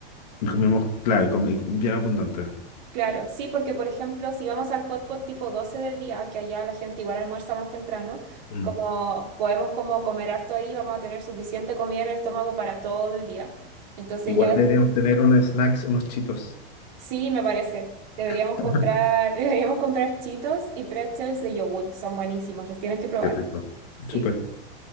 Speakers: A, on the left (about 40°); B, on the right (about 50°).
A: Y comimos, claro, y comi- bien abundante.
B: Claro, sí, porque por ejemplo, si vamos al hot pot tipo 12 del día, que allá la gente igual almuerza más temprano,
A: Mm.
B: como podemos como comer harto ahí, vamos a tener suficiente comida en el estómago para todo el día. Entonces
A: Igual
B: ya,
A: deberíamos tener unos snacks, unos chitos.
B: sí, me parece. Deberíamos
A: <laughs>
B: comprar, <laughs> deberíamos comprar Cheetos y pretzels de yogur, son buenísimos, los tienes que probar.
A: Qué rico.
B: Sí.
A: Súper.